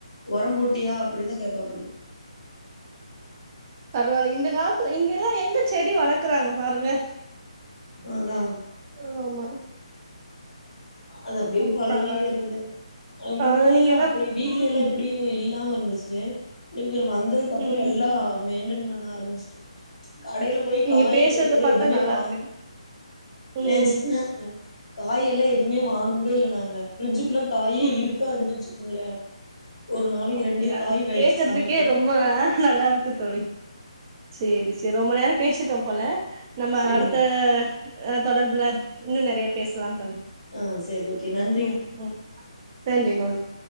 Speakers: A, on the left; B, on the right.
A: ஒரம் போட் டியா அப்டிதா கேப்பாப்டி
B: பரவாயில்ல இந்த காலத்து இங்கெல்லா எங்க செடி வளக்குறாங்க பாருங்க
A: அதா
B: ஆமா
A: அது அப்டியே
B: ம்
A: பழகீர்றது
B: பரவால
A: அது முன்ன
B: ஆ நீங்கதா
A: எல்லா அப்டி வீட்ல
B: ம்
A: எல்லா இப்டியு இல்லாம இருந்துச்சு இவரு வந்ததுக்கு அப்பறோ
B: ம்
A: எல்லா மெய்ன்டென் பண்ண ஆரம்பிச்டே கடைல போய்
B: நீங்க
A: காய்
B: பேசுறத
A: கறிலா
B: பாத்தா
A: எதுவுமே
B: நல்லா
A: வாங்
B: இருக்கு ம்
A: நெஜந்தாங்க காய் எல்லா எதுவுமே வாங்குறதே இல்ல நாங்க ஃபிரிட்ஜுக்குள்ள காயே
B: ம்
A: இருக்காதுன்னு வச்சுக்கோங்களே ஒரு நாளைக்கு
B: அப்டியா
A: ரெண்டு காய் வச்சு
B: கேக்குறதுக்கே
A: சமைப்போ
B: ரொம்ப நல்லா இருக்கு தோழி சேரி சேரி ரொம்ப நேரோ பேசிட்டோ போல நம்ம
A: செரிங்
B: அடுத்த தொடர்புல இன்னு நெறையா பேசலா தோழி
A: ஆ செரி ஓகே நன்றி
B: ம் ம் நன்றி நன்றி